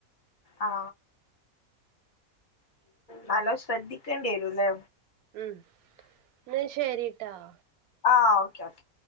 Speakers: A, on the left; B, on the right.
A: ആ നലോ ശ്രദ്ധിക്കേണ്ടി വരൂലേ
B: ഉം ന്നാ ശരിട്ടോ
A: ആ ഓക്കെ ഓക്കെ